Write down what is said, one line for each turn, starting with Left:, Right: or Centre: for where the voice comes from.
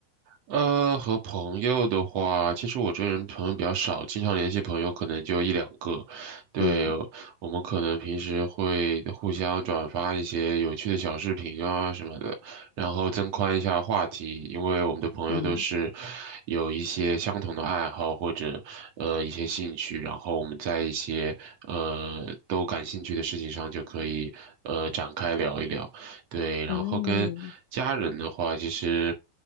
Right: 呃，和朋友的话，其实我这人朋友比较少，经常联系朋友可能就一两个。对，
Left: 嗯
Right: 我们可能平时会互相转发一些有趣的小视频啊什么的，然后增宽一下话题，因为我们的朋友都是
Left: 嗯
Right: 有一些相同的爱好或者呃一些兴趣，然后我们在一些呃都感兴趣的事情上就可以呃展开聊一聊。对，然后跟家人的话，
Left: 嗯
Right: 其实